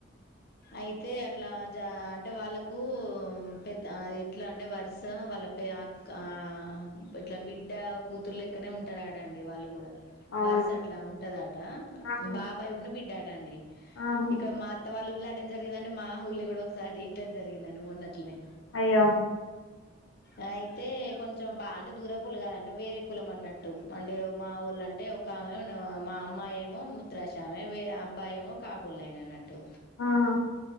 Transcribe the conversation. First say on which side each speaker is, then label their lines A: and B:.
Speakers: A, on the left; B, on the left.
A: అయితే అట్లా జ అంటే వాళ్ళలకు పెద్ద ఆది ఎట్లా అంటే వరుస వాళ్ళ కా ఇట్లా బిడ్డ కూతుర్ లెక్కనే ఉంటాదట అండి వాళ్ళు కూడా
B: అవును
A: వరుస అట్లా ఉంటదాట
B: ఆహా
A: బాబాయ్ ఉన్ను బిడ్డటండి
B: ఆహా
A: ఇక్కడ మా అత్త వాళ్ళు ఉళ్ళఅట్టనే జరిగిందండి మా ఊల్ళ కూడా ఒకసారి ఇట్టనే జరిగిందండి మొన్నట్టనే
B: అయ్యో
A: ఆయిత్ తే కొంచెం బా అంటే దూర పులు కాదు అంటే వేరే కులం అన్నట్టు అంటే మా ఊళ అంటే ఒక మేనే ఉన్న మా అమ్మాయి ఏమో ముత్రాశమే వే అబ్బా ఏమో కాపోలు అయిన అన్నట్టు
B: ఆహా